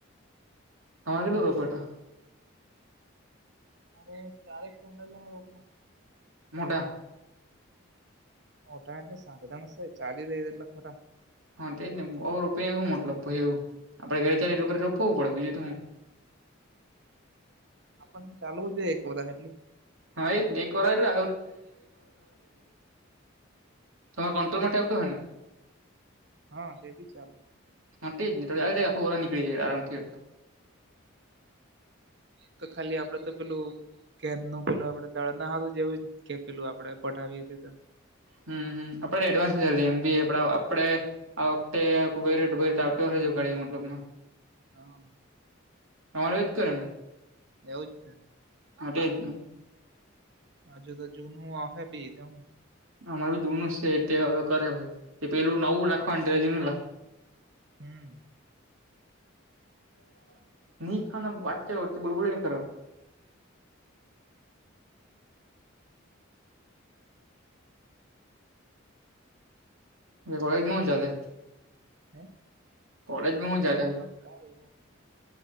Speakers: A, on the right; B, on the right.
A: તમારે શું રોપેટો.
B: અરે ચારેક પંડા જમાં રો <inaudible>
A: મોટા.
B: મોટા એટલે સારધણ છે ચાલી લે ખરા.
A: હા તે જ નહી બપી હું મટલ એવું. આપડે ઘરે ચાલે એટલું ઘ રોપવું પડે બીજું તું.
B: આપણ ચાલવું જે એક વરહ.
A: હા એ એક ચલી જ એક <inaudible> ચલી તર કો તો માટે આવતુ હો ને.
B: હા તે બી ચાલે.
A: હા તે <inaudible> નીકળી આમથી
B: તો ખાલી આપડે તો પેલું. કે નું પેલું આપડે દળ ના આવુ જેવું કે પેલું આપડે પઠાવી હતી તો.
A: હમ હમ આપડે એડવાન્સ હજાર લેવાનું બી આપ આપડે. આ વખતે આખું ભરેટ ભરે આવતી રેજે કર મતલબમાં.
B: હા.
A: તમાર વેજ કરે ને.
B: એવુંજ.
A: હટ નને
B: અજુ તો જનું અભે ભી દ‌ઉ.
A: અમારે જૂનું છે તે કરે ભા‌ઈ પેલું નવું લખવાનું તે લખ
B: હમ.
A: જોતો હ. <inaudible> ખા વાચચ વ બોબો ન <inaudible> ખ. એ કોલેજમાં હું ચાલે.
B: હે.
A: કોલેજમાં હું ચાલે.
B: હમણાં કઈ